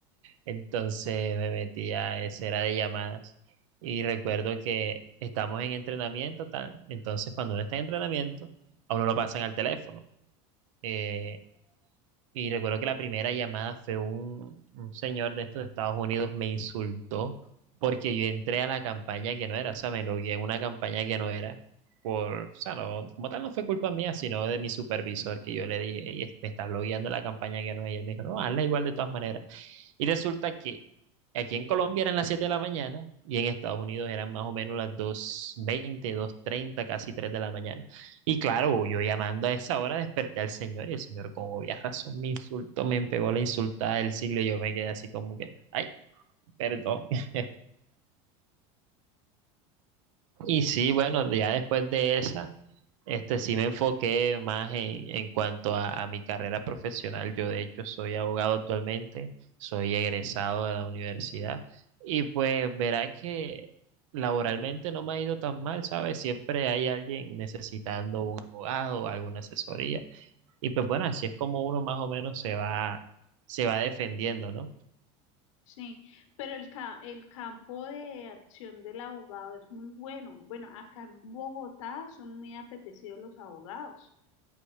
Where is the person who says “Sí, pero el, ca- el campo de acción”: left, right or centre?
Left